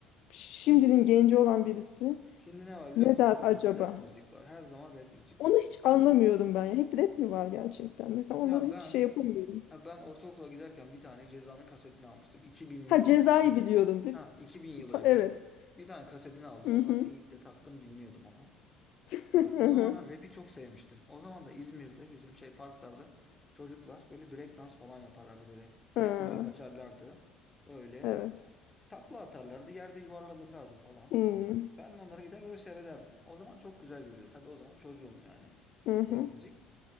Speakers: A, on the left (about 60°); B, on the left (about 15°).
A: şimdinin genci olan birisi
B: Şimdi ne var biliyor
A: ne
B: musun?
A: der
B: Rap,
A: acaba?
B: rap müzik var. Her zaman rap müzik
A: Onu
B: var.
A: hiç anlamıyorum ben ya. Hep rap mi var gerçekten? Mesela onlara
B: Ya
A: hiç
B: ben
A: şey yapamıyorum.
B: Ha, ben ortaokula giderken bir tane Ceza'nın kasetini almıştım. 2000'li
A: Ha
B: yıl
A: cezayı
B: falandı.
A: biliyorum. Bir,
B: Ha, 2000 yılıydı.
A: ta- evet.
B: Bir tane kasetini aldım.
A: Hı
B: O
A: hı.
B: zaman teyip de taktım dinliyordum onu.
A: <laughs> Hı
B: Ee, o zaman
A: hı.
B: ben rap'i çok sevmiştim. O zaman da İzmir'de bizim şey parklarda çocuklar böyle breakdance falan yaparlardı. Böyle
A: Ha.
B: rap müzik açarlardı. Öyle
A: Evet.
B: takla atarlardı. Yerde yuvarlanırlardı falan.
A: Hmm,
B: Öyle. Ben de onlara gider böyle seyrederdim. O zaman çok güzel geliyor. Tabii o zaman çocuğum yani.
A: Hı hı.
B: Rap müzik.